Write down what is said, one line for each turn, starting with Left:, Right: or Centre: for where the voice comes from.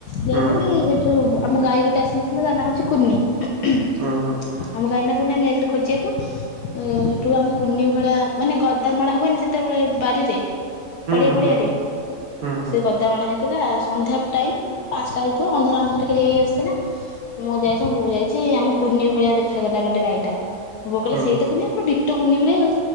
Left: ଯାଇଥିଲି
Right: ହୁଁ
Left: ସେଠୁ ଆମ ଗାଈ ଗୋଟେ ଆସିନଥିଲା ତା ନାଁ ହଉଛି କୁନି। ଆମ
Right: ହୁଁ ହୁଁ
Left: ଗାାଇନା କୁନି ଆମେ ଯାଇଥିଲୁ ଖୋଜିବାକୁ ହେଠୁ ଆମେ କୁନି ଭଳିଆ ମାନେ ଗଦାମଳା ହୁଏନି ସେତେବେଳେ ବାରିରେ? ପଡିଆ
Right: ହୁଁ
Left: ଫଡିଆ
Right: ହୁଁ
Left: ରେ
Right: ହୁଁ ହୁଁ
Left: ସେ ଗଦାମଣା ହେଇଥିଲା ସନ୍ଧ୍ୟା ଟାଇମ୍ ପାଞ୍ଚଟା ହେଇଥିଲା ଅନ୍ଧାର ଅନ୍ଧାର ଟିକେ ହେଇ ଆସୁଥିଲା। ମୁଁ ଯାଇଛି ମୁଁ ବୋଉ ଯାଇଛି ଆମ କୁନି ଭଳିଆ ଦେଖାଗଲା ଗୋଟେ ଗାଈଟା। ବୋଉ କଇଲା
Right: ହୁଁ
Left: ସେଇତ
Right: ହୁଁ
Left: କୁନିଆ ପୁରା ଡିଟୋ କୁନି ଭଳି ଆଉ